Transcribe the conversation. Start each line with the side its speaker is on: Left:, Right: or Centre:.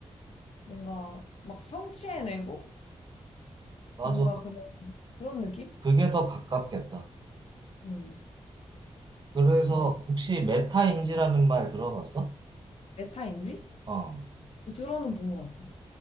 Left: 뭔가 막 성취해내고
Right: 맞아.
Left: 뭔가 그런, 그런 느낌?
Right: 그게 더 가깝겠다.
Left: 음.
Right: 그래서
Left: 맞아.
Right: 혹시 메타인지라는 말 들어봤어?
Left: 메타인지?
Right: 어.
Left: 어, 들어는 본 것 같아.